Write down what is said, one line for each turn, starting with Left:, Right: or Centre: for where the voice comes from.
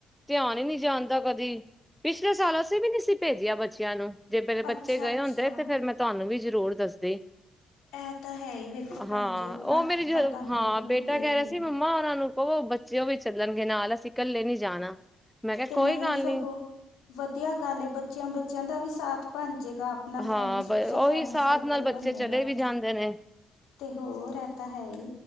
Centre: ਧਿਆਨ ਈ ਨੀ ਜਾਣਦਾ ਕਦੀ, ਪਿਛਲੇ ਸਾਲ ਅਸੀਂ ਵੀ ਨੀ ਸੀ ਭੇਜਿਆ ਬੱਚਿਆਂ ਨੂੰ। ਜੇ ਮੇਰੇ
Left: ਅੱਛਾ
Centre: ਬੱਚੇ ਗਏ
Left: ਅੱਛਾ
Centre: ਹੁੰਦੇ ਤੇ ਫੇਰ ਮੈਂ ਤਾਨੂੰ ਵੀ ਜ਼ਰੂਰ ਦੱਸਦੀ।
Left: ਇਹ ਤਾਂ ਹੈ ਹੀ ਵੇਖੋ ਭੈਣ
Centre: ਹਾਂ
Left: ਜੀ ਆਪਣਾ
Centre: ਉਹ ਮੇਰੀ ਜੋ,
Left: ਪਤਾ ਲੱਗਣ
Centre: ਹਾਂ ਬੇਟਾ
Left: ਦੀ ਦੇਰ
Centre: ਕਹਿ ਰਿਹਾ
Left: ਹੈ
Centre: ਸੀ ਮੰਮਾ ਉਨਾਂ ਨੂੰ ਓ ਬੱਚਿਆ ਵੀ ਚੱਲਣਗੇ ਨਾਲ, ਅਸੀਂ ਇਕੱਲੇ ਨੀ ਜਾਣਾ ਮੈਂ ਕੇਆ
Left: ਤੇ
Centre: ਕੋਈ
Left: ਨਹੀਂ
Centre: ਗੱਲ
Left: ਸਗੋਂ
Centre: ਨੀ।
Left: ਵਧੀਆ ਗੱਲ ਏ ਬੱਚਿਆਂ -ਬੱਚਿਆਂ ਦਾ ਵੀ ਸਾਥ ਬਣ ਜੇਗਾ। ਨਾਲ
Centre: ਹਾਂ
Left: ਫਰੈਂਡਸ-
Centre: ਬ
Left: ਸ
Centre: ਉਹੀ
Left: ਫਰੈਂਡ
Centre: ਸਾਥ
Left: ਸਰਕਲ
Centre: ਨਾਲ ਬੱਚੇ
Left: ਬੰਨੇਗਾ।
Centre: ਚਲੇ ਵੀ ਜਾਂਦੇ ਨੇ।
Left: ਤੇ ਹੋਰ ਏਹ ਤਾਂ ਹੈ ਈ।